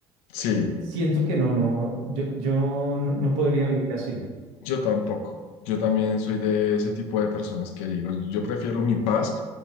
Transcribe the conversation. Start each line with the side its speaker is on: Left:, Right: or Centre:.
Left: Sí.
Right: Siento que no, no, yo, yo no no podría vivir así.
Left: Yo tampoco. Yo también soy de ese tipo de personas que digo, yo prefiero mi paz